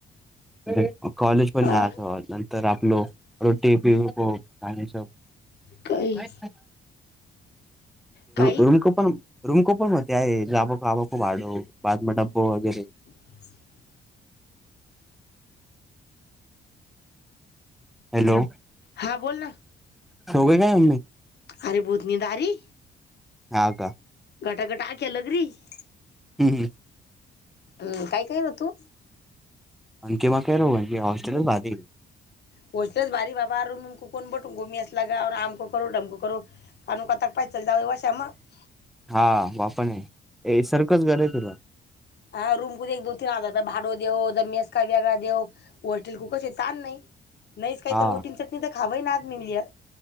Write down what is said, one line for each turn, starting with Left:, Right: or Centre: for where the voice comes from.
Centre: <unintelligible> कॉलेज पण
Left: आ
Centre: या नंतर आपल रोटी पिऊ आणिणी स
Left: काही
Centre: <unintelligible> होच <unintelligible> <inaudible>
Left: काही
Centre: रूमकपण रूमकपन मध्ये आहे जा ब <unintelligible> आबा खूप आडो बाद म ड्बो वगैरे <unintelligible>
Left: हम् <inaudible>
Centre: हॅलो.
Left: हां बोल ना.
Centre: सो गयी काय अम्मी?
Left: अरे भोत नीद आरही.
Centre: हा का.
Left: घटा, घटा आ केया लगरी <unintelligible>
Centre: हम्म, हम्म.
Left: हम्म काय, काय हो तु?
Centre: आणखि मग काय र आणखी हॉस्टेलच बाधी <unintelligible>
Left: पोतेचारी बाबा र कोण बटून गमी अस <unintelligible> लागामक करू डमक करू का कोता पायचल जा वाशा म <unintelligible>
Centre: हा बा पण आहे सर्खंच गर आहे तुला <unintelligible>
Left: हा रूम कु एक दोन तीन हजार रुपये भाडं देऊ द मेस का वेगळा देऊ होॉस्टेल कू कस आहे तान नाही <unintelligible> नाहीच काही
Centre: हा
Left: तर रोटी चटणी तर खावां ना आज मिली <unintelligible>